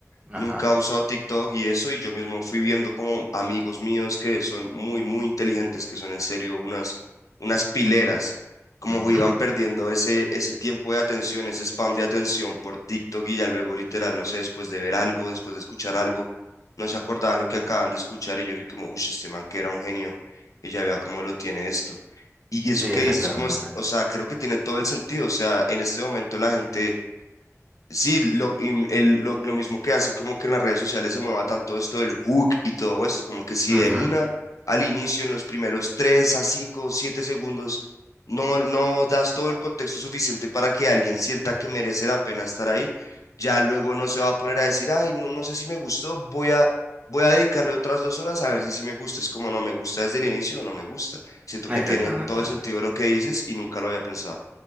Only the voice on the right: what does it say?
Ajá.
ujú,
Sí, exactamente.
ujú,
Exactamente.